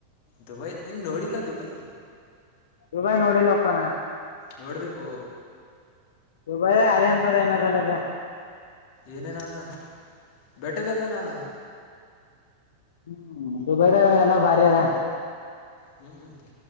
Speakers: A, on the left; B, on the left.
A: ದುಬೈ ನೀನು ನೋಡಿಲ್ಲ ದುಬೈ
B: ಯೂಬಾಯ ನೋಡಿಲ್ಲಪ್ಪನಾ
A: ನೋಡ್ಬೇಕು
B: ದುಬಾಯ ಅರಿ ಅಂತದ ಏನಾದಲ್ಲ ಅದೆ
A: ಏನೇನಾದ ಬೇಟೆದಾಗ ಏನದ
B: ಹ್ಮ್ ದುಬೈದಾಗ್ ಎಲ್ಲ ಭಾರೀಅದ
A: ಹ್ಞೂ ಮತ್ತೆ